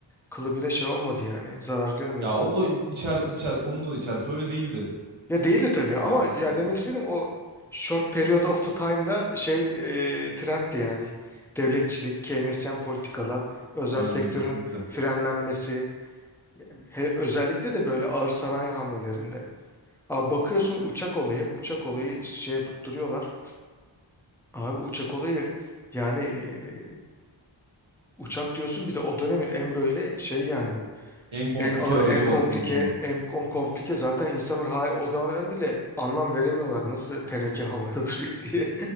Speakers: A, in the centre; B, on the right.
A: kılı bile şey olmadı yani. Zarar görmedi.
B: Ya o da içer içer onun da içerisi öyle değildi.
A: Ya değildi tabii ama
B: Corvette'den
A: ya
B: de içiyor.
A: demek istedim o short period of the time'da şey e, trendti yani. Devletçilik, Keynesyen politikalar, özel
B: Öyle
A: sektörün
B: öyle kesinlikle.
A: frenlenmesi, he- özellikle de böyle ağır sanayi hamlelerinde. Aa, bakıyorsun uçak olayı hep uçak olayı şey yapıp duruyorlar. Abi uçak olayı yani e, uçak diyorsun bir de o dönemin en böyle şey yani
B: En komplike
A: en ağır
B: aracı
A: en komplike
B: baktığın zaman.
A: en kon- komplike zaten insanlar hala o dönem bile anlam veremiyorlar nasıl teneke havada <laughs> duruyor diye.